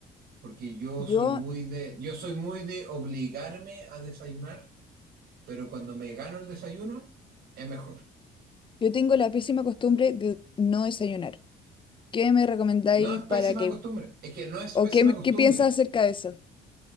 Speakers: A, on the right (about 70°); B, on the left (about 30°).
A: porque yo
B: Yo,
A: soy muy de, yo soy muy de obligarme a desayunar, pero cuando me gano el desayuno es mejor.
B: yo tengo la pésima costumbre de no desayunar. ¿Qué me recomendáis
A: No es
B: para
A: pésima
B: que,
A: costumbre, es que no es
B: o
A: pésima
B: qué, me-
A: costumbre,
B: qué piensas acerca de eso?